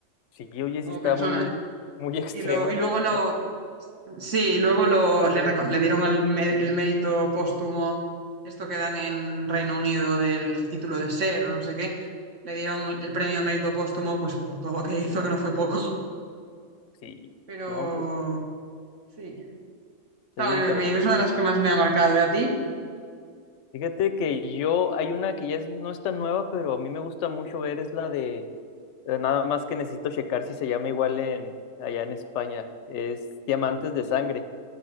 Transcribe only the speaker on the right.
como
persona.
Y, lo, y luego
lo,
Sí, y luego lo, le, reco- le dieron el, mé- el mérito póstumo, esto que dan en Reino Unido del título de ser o no sé qué, le dieron el premio al mérito póstumo pues por todo lo que hizo, que no fue poco.
Pero
sí, está
muy
bien, es una de las que más me ha marcado. ¿Y a ti?